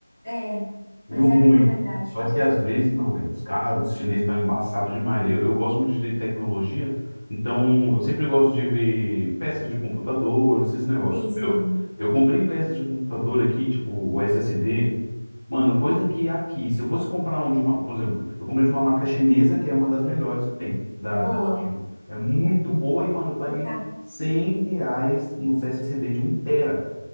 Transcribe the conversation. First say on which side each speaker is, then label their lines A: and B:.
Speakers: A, on the left; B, on the left.
A: É,
B: meio
A: mas
B: ruim.
A: é a mesma qualidade.
B: Só que às vezes não, velho. Os caras, os chineses estão embaçados demais. Eu, eu gosto muito de tecnologia, então eu sempre gosto de ver peças de computador, esses negócios.
A: Sim, sim.
B: Eu, eu comprei peças de computador aqui, tipo o SSD. Mano, coisa que aqui, se eu fosse comprar um de uma, por exemplo, eu comprei de uma marca chinesa que é uma das melhores que tem, da,
A: É boa.
B: da China. É muito boa e, mano, eu paguei
A: Você tá-
B: 100 reais num SSD de um tera.